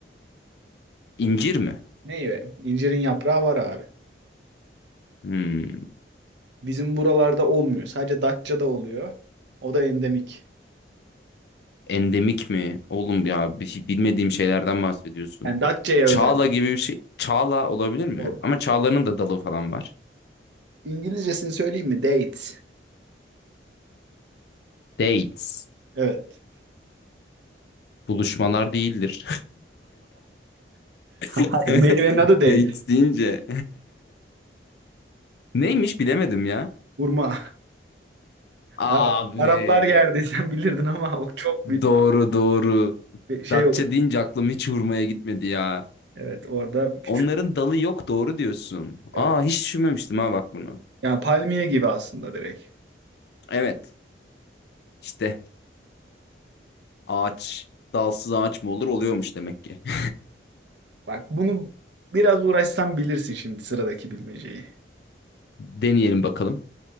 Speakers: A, on the left; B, on the right.
A: İncir mi?
B: Meyve. İncirin yaprağı var abi.
A: Hmm,
B: Bizim buralarda olmuyor. Sadece Datça'da oluyor. O da endemik.
A: endemik mi? Oğlum ya bir şey- bilmediğim şeylerden bahsediyorsun.
B: Yani Datça'ya
A: Çağla
B: özel.
A: gibi bir şey. Çağla olabilir mi?
B: Yok.
A: Ama çağlanın da dalı falan var.
B: İngilizcesini söyleyeyim mi? Date.
A: Dates.
B: Evet.
A: Buluşmalar değildir. <laughs>
B: Hayır, meyvenin adı date.
A: Dates deyince. <laughs> Neymiş bilemedim ya.
B: Hurma.
A: Abi.
B: Arap, Araplar yerdi <laughs> sen bilirdin ama o çok bir
A: Doğru doğru.
B: bir şey
A: Datça
B: olur.
A: deyince aklım hiç hurmaya gitmedi ya.
B: Evet, orada küçük.
A: Onların dalı yok doğru diyorsun.
B: Evet.
A: Aa hiç düşünmemiştim ha bak bunu.
B: Yani palmiye gibi aslında direkt.
A: Evet işte ağaç dalsız ağaç mı olur oluyormuş demek ki. <laughs>
B: Bak bunu biraz uğraşsam bilirsin şimdi sıradaki bilmeceyi.
A: Deneyelim bakalım.